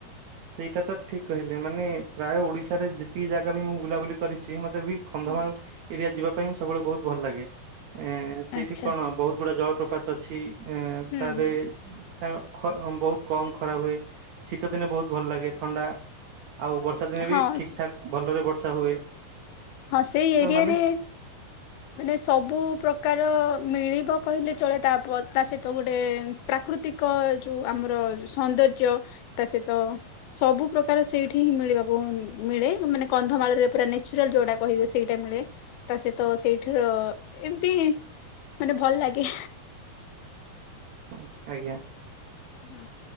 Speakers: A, on the right; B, on the left.
A: ସେଇଟା ତ ଠିକ୍ କହିଲେ ମାନେ ପ୍ରାୟ ଓଡିଶାରେ ଯେତିକି ଜାଗା ମୁଁ ବୁଲାବୁଲି। କରିଛି ମତେ ବି କନ୍ଧମାଳ
B: ହୁଁ।
A: ଏରିଆ ଯିବା ପାଇଁ ସବୁବେଳେ ବହୁତ ଭଲ ଲାଗେ ଏ ସେଇଠି
B: ଆଚ୍ଛା
A: କଣ ବୋହୁତ୍ ଗୁଡା ଜଳପ୍ରପାତ ଅଛି। ଏ
B: ହୁଁ
A: ତାରେ
B: ହୁଁ
A: ତାଙ୍କ ଖ ବୋହୁତ୍ କମ୍ ଖରା ହୁଏ। ଶୀତ ଦିନେ ବୋହୁତ୍ ଭଲ ଲାଗେ ଥଣ୍ଡା, ଆଉ ବର୍ଷା ଦିନେ
B: ହଁ
A: ବି ଠିକ୍ ଠାକ୍ ଭଲରେ ବର୍ଷା ହୁଏ।
B: ହଁ ସେଇ
A: ତ
B: ଏରିଆରେ
A: ମାନେ
B: ମାନେ ସବୁ ପ୍ରକାର ମିଳିବ କହିଲେ ଚଳେ, ତା ତା ସହିତ ଗୋଟେ ପ୍ରାକୃତିକ ଯୋଉ ଆମର ସୌନ୍ଦର୍ଯ୍ୟ, ତା ସହିତ ସବୁ ପ୍ରକାର ସେଇଠି ହିଁ ମିଳିବାକୁ ମିଳେ। ମାନେ କନ୍ଧମାଳରେ ପୁରା ନେହୁରାଲ୍ ଯୋଉଟା କହିବେ ସେଇଟା ମିଳେ। ତା ସହିତ ସେଇଠିର ଏମ୍ତି ମାନେ ଭଲ ଲାଗେ
A: ହଁ ଆଜ୍ଞା।
B: ହଁ।